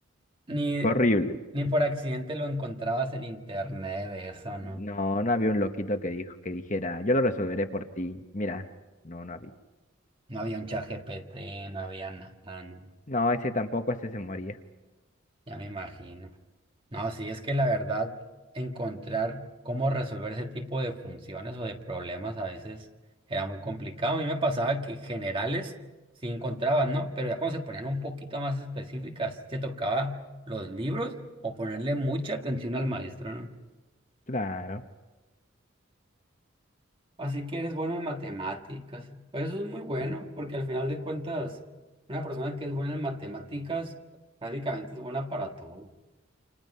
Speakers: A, on the right (about 25°); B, on the left (about 35°).
A: ni,
B: Horrible.
A: ni por accidente lo encontrabas en internet, eso, ¿no?
B: No, no había un loquito que dijo, que dijera, yo lo resolveré por ti. Mira, no, no había.
A: No había un chat GPT, no había nada, ¿no?
B: No, ese tampoco, ese se moría.
A: Ya me imagino. No, sí, es que la verdad, encontrar cómo resolver ese tipo de funciones o de problemas a veces era muy complicado. A mí me pasaba que generales sí encontraban, ¿no? Pero ya cuando se ponían un poquito más específicas, te tocaba los libros o ponerle mucha atención al maestro, ¿no?
B: Claro.
A: Así que eres bueno en matemáticas. Pues Eso es muy bueno,
B: sí.
A: porque al final de cuentas, una persona que es buena en matemáticas prácticamente es buena para todo.